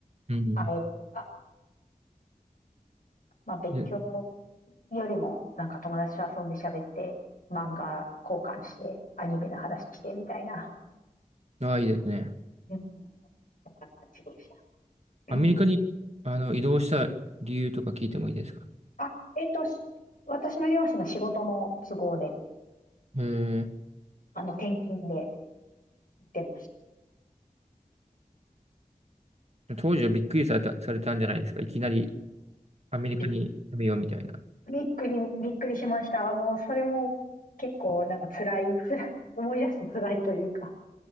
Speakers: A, on the right; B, on the left.
A: うん。
B: 会えるのが、まあ、勉強
A: え
B: よりも、なんか友達と遊んで喋って、漫画交換して、アニメの話してみたいな、
A: あ、いいですね。
B: うんうん、そんな感じでした。<laughs>
A: アメリカに、あの、移動した理由とか聞いてもいいですか。
B: あ、えっと、し私の両親の仕事の都合で、
A: え
B: あの、転勤で行ってました。
A: ー、当時はびっくりされた、されたんじゃないですか。いきなりアメリカに住めようみたいな。
B: びっびっくり、びっくりしました。もう、それも結構、なんか辛い、辛い思い出すと辛いというか、